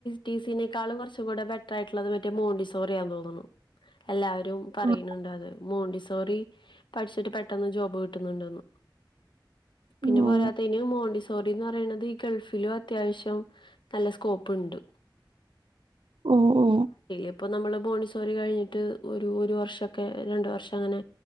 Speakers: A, on the left; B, on the right.
A: ടിസിനേക്കാൾ കുറച്ച് കൂടെ ബെറ്റർ ആയിട്ടുള്ളത് മറ്റേ മോണ്ടിസോറിയാൻ തോന്നുന്നു എല്ലാവരും പറയുന്നുണ്ട്
B: ആ,
A: അത് മോണ്ടി സോറി പഠിച്ചിട്ട് പെട്ടെന്ന് ജോബ് കിട്ടുന്നുണ്ടന്ന് പിന്നെ
B: ഓ
A: പോരാത്തതിന് മോണ്ടി സോറിന്ന് പറയുന്നത് ഈ ഗൾഫ് ലും അത്യാവശ്യം നല്ല സ്കോപ്പുണ്ട്
B: ഓ ഓ
A: ഇപ്പൊ നമ്മള് മോണ്ടിസോറി കഴിഞ്ഞിട്ട് ഒരു ഒരു വർഷോക്കെ രണ്ട് വർഷം അങ്ങനെ